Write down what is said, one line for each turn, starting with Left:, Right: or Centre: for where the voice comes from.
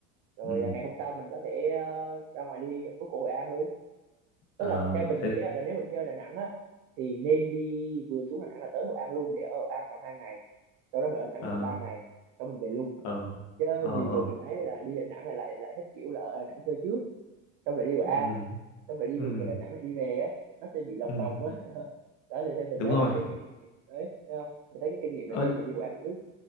Right: rồi
Left: ừ
Right: à, ngày hôm sau mình có thể ờ, ra ngoài đi ở phố cổ Hội An luôn tức
Left: ờ
Right: là theo mình
Left: thế
Right: nghĩ á, là nếu mà đi chơi Đà Nẵng á thì nên đi vừa xuống Đà Nẵng là tới Hội An luôn để ở Hội An khoảng hai ngày sau đó mình ở Đà Nẵng
Left: ờ
Right: khoảng ba ngày sau mình về luôn
Left: ờ
Right: chứ
Left: ờ
Right: nhiều
Left: ờ
Right: người mình thấy là đi Đà Nẵng là lại lại thích kiểu là ở Đà Nẵng chơi trước xong lại đi Hội
Left: ừ
Right: An xong lại đi
Left: ừ
Right: ngược về Đà Nẵng lại đi về á nó sẽ bị lòng
Left: ừ
Right: vòng á <laughs> đó thì theo mình
Left: đúng
Right: thấy
Left: rồi
Right: là cái cái kinh nghiệm đấy thấy không mình thấy cái kinh nghiệm là
Left: ờ
Right: nên là đi Hội An trước